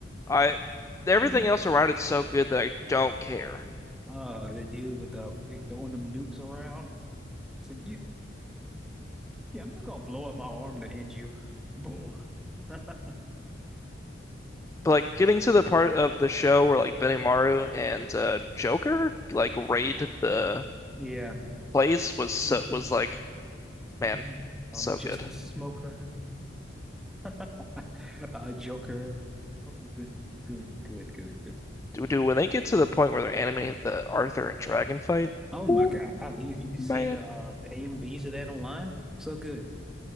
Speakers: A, on the left; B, in the centre.
A: I everything
B: <laughs>
A: else around it's so good that I don't care.
B: Uh, the dude with the throwing them nukes around. It's like, yeah, Yeah, I'm just gonna blow up my arm to end you. Boom. <laughs>
A: But like getting to the part of the show where like Benimaru and uh, Joker like raid the
B: Yeah.
A: place was so
B: Hmm.
A: was like man,
B: I'm
A: so
B: I'm just
A: good.
B: a smoker. <laughs> A joker. Those were good. Good, good, good, good.
A: Do do when they get to the point where they're animating the Arthur and Dragon fight?
B: Oh my
A: Ooh,
B: God. Have you, you seen
A: man,
B: the uh the AMVs of that online? So good.